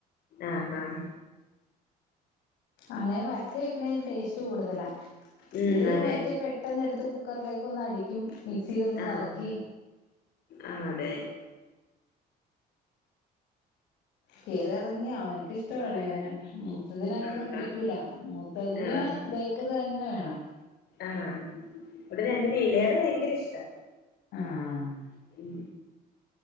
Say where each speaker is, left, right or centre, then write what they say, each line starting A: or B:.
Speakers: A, on the left (about 65°); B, on the left (about 90°).
A: ആഹ് ആഹ്
B: അങ്ങനെ വരട്ടി വെക്കണെന് ടേസ്റ്റ് കൂടുതലാ
A: ഉം
B: ഇത്
A: അതെ
B: മറ്റേ പെട്ടെന്ന് എടുത്ത് കുക്കറിലേക്ക് ഒന്ന് അടിക്കും മിക്സിയിലൊന്ന്
A: ആഹ്
B: കറക്കി
A: ആഹ് അതെ
B: കെയറി ഇറങ്ങി അവൻക് ഇഷ് ട്ടാണ് ഇവനെ മൂത്തത്തിന് അതൊന്നും
A: ആഹ്
B: പിടിക്കൂല
A: ആഹ്
B: മൂത്തതിന്
A: ആണോ
B: ബേക്കറി തന്നെ വേണം
A: ആഹ് ഇവിടെ രണ്ടിനും ഇലയട ഭയങ്കര ഇഷ്ട്ടാ
B: ആഹ്
A: ഉം